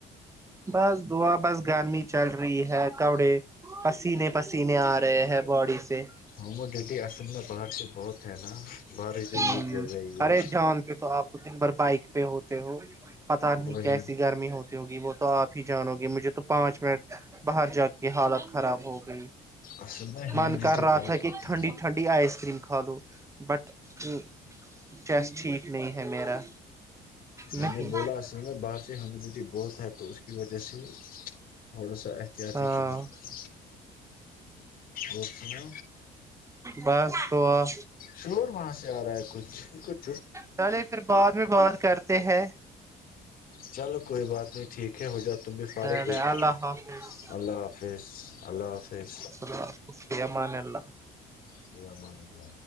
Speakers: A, on the right; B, on the left.
A: بس دعا بس گرمی چل رہی ہے کپڑے پسینے پسینے آ رہے ہے باڈی سے
B: ہاں م ڈیٹی آس ن باہر سے بہت ہے نا بارش بھی
A: ہ
B: نہیں گر رہی
A: ارے
B: ہے
A: جانتے تو آپ کو دن بھر بائک پہ ہو تو ہو پت نہیں
B: وہی
A: کیسی گرمی ہوتی ہوگی وہ تو آپ ہی جانو گے مجھے تو پانچ منٹ باہر جا کے حالت خراب ہو گئی
B: اصل میں ہیومیڈیٹی
A: من کر رہا
B: بہت
A: تھا کہ
B: ہوتی
A: ٹھنڈی
B: ہے
A: ٹھنڈی آئس کریم کھ لو بٹ ہ چیسٹ ٹھیک نہیں ہے میرا نہیں
B: میں نے بولا اصل میں باہر سے ہیومیڈیٹی بہت ہے تو اس کی وجہ سے تھوڑا سا احتیاط
A: ہاں
B: ہی کرنا پڑتا اور سنا
A: بس رھا <unintelligible>
B: شور ماس آ رہا ہے کچھ کچھ
A: چلے پھر بعد میں بات کرتے ہیں
B: چلو کوئی بات نہیں ٹھیک ہو جات تم بھی فارغ
A: چلے
B: کوئی بات
A: اللہ
B: نہیں
A: حافظ
B: اللہ حافظ اللہ حافظ
A: اللہ حافظ فی امان اللہ
B: فیمنایلا